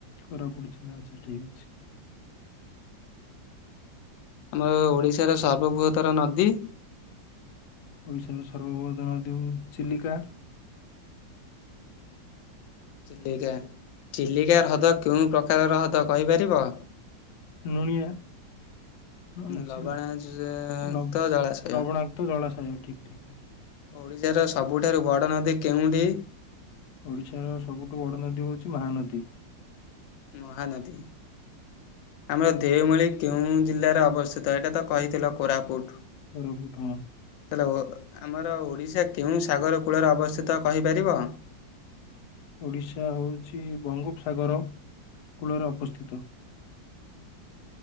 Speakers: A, on the left; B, on the left.
A: କୋରାପୁଟ ଆଚ୍ଛା ଠିକ୍ ଅଛି।
B: ଆମର ଓଡିଶାର ସର୍ବବୃହତର ନଦୀ।
A: ଓଡ଼ିଶା ର ସର୍ବବୃହତ ନଦୀ ହଉଚି ଚିଲିକା।
B: ଚିଲିକା ଚିଲିକା ହ୍ରଦ କେଉଁ ପ୍ରକାର ହ୍ରଦ କହିପାରିବ।
A: ନୁଣିଆ। ଉଁ ହୁଁ
B: ଲବଣାକ୍ତ
A: ଚିଲ ଲବ
B: ଜଳାଶୟ।
A: ଲବଣାକ୍ତ ଜଳାଶୟ ଠିକ୍ ଠିକ୍।
B: ଓଡିଶାର ସବୁଠାରୁ ବଡ଼ ନଦୀ କେଉଁଠି।
A: ଓଡିଶାର ସବୁଠୁ ବଡ ନଦୀ ହଉଚି ମାହାନଦୀ।
B: ମହାନଦୀ। ଆମର ଦେଓମାଳି କେଉଁ ଜିଲ୍ଲାରେ ଅବସ୍ଥିତ ଏଇଟା ତ କହିଥିଲ କୋରାପୁଟ।
A: କୋରାପୁଟ ହଁ।
B: ତାହେଲେ ଓ ଆମର ଓଡିଶା କେଉଁ ସାଗର କୂଳରେ ଅବସ୍ଥିତ କହିପାରିବ।
A: ଓଡ଼ିଶା ହଉଚି ବଙ୍ଗୋପସାଗର କୂଳରେ ଅବସ୍ଥିତ।